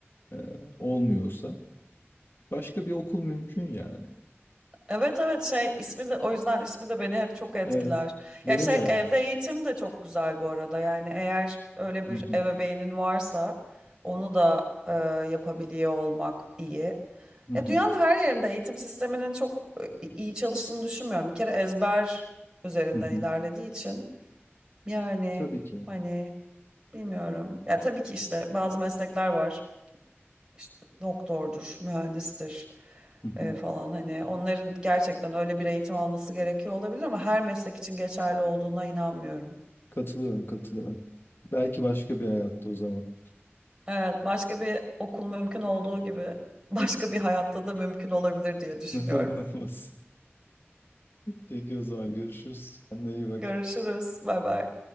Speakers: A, on the left; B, on the right.
A: e, olmuyorsa başka bir okul mümkün yani.
B: Evet evet şey ismi de o yüzden ismi de beni hep çok etkiler.
A: Evet, beni
B: Ya şey
A: de öyle.
B: evde eğitim de çok güzel bu arada. Yani eğer öyle
A: Hı
B: bir
A: hı,
B: ebeveynin varsa onu da e, yapabiliyor olmak iyi.
A: hı
B: Ya
A: hı,
B: dünyanın her yerinde eğitim sisteminin çok e, iyi çalıştığını düşünmüyorum. Bir kere ezber üzerinden
A: hı hı.
B: ilerlediği için yani
A: Tabii ki.
B: hani bilmiyorum. Ya tabii ki işte bazı meslekler var işte doktordur, mühendistir
A: Hı hı.
B: e, falan hani onların gerçekten öyle bir eğitim alması gerekiyor olabilir ama her meslek için geçerli olduğuna inanmıyorum.
A: Katılıyorum, katılıyorum. Belki başka bir hayatta o zaman.
B: Evet, başka bir okul mümkün olduğu gibi başka
A: <laughs>
B: bir hayatta da mümkün olabilir diye düşünüyorum.
A: Neden olmasın? Peki o zaman görüşürüz. Kendine iyi bak.
B: Görüşürüz. Bay bay.